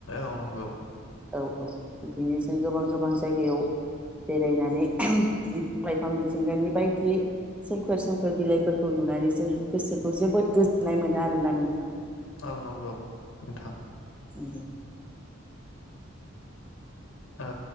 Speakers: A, on the left; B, in the centre.
A: औ नंगौ
B: औ औ बिदिनो जों गोबां गोबां जायगायाव बेरायनानै बिफां लाइफां मिथिंगानि बायदि सोमखोर सोमखोर बिलाइफोरखौ नुनानै जों गोसोखौ जोबोद गोजोननाय मोनो आरोना नोंथां
A: औ नंगौ नोंथां
B: उम
A: औ